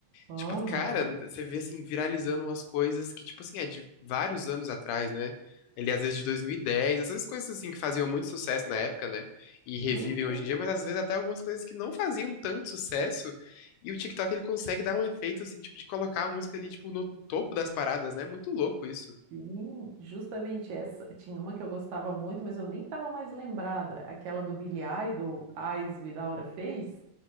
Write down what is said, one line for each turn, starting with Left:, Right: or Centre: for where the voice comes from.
Right: Aham.
Left: Tipo, cara, você vê assim, viralizando umas coisas que, tipo assim, é de vários anos atrás, né? Ele, às vezes, de 2010, essas coisas assim que faziam muito sucesso na época, né? E revivem
Right: Uhum.
Left: hoje em dia, mas às vezes até algumas coisas que não faziam tanto sucesso. E o TikTok ele consegue dar um efeito, assim, tipo, de colocar a música ali, tipo, no topo das paradas, né? Muito louco isso.
Right: Sim, justamente essa. Tinha uma que eu gostava muito, mas eu nem tava mais lembrada. Aquela do Billy Idol, Eyes Without a Face.